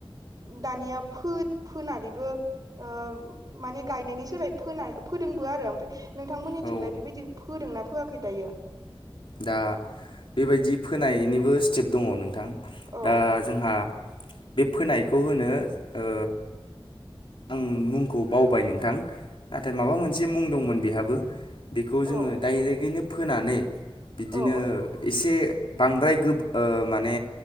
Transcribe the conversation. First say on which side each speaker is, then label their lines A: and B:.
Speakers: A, on the right; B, on the left.
A: दानिया फोनानैबो ओ माने गायनायनि सोलाय फोना फोदोंबो आरो ओमफाय नोंथांमोननिथिंलाय
B: औ
A: बेबायदि फोदोंना फोआखै दायो?
B: दा बेबायदि फोनायनिबो स्टेप दङ' नोंथां
A: औ
B: दा जोंहा बे फोनायखौ होनो ओ आं मुंखौ बावबाय नोंथां। नाथाय माबा मोनसे मुं दंमोन बेहाबो बेखौ जोङो
A: औ
B: डाइरेकयैनो फोनानै बिदिनो
A: औ
B: एसे बांद्राय गोब ओ माने